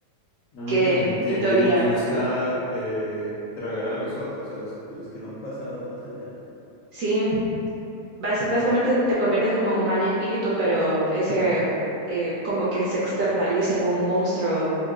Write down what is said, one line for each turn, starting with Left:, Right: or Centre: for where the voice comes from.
Left: No.
Right: que en,
Left: Entiendo,
Right: en teoría,
Left: y, bu- y busca eh, tragar a los otros, a los, a los que no han pasado al más allá.
Right: sí, basi- básicamente te conviertes como en un mal espíritu, pero ese... eh, como que se externaliza en un monstruo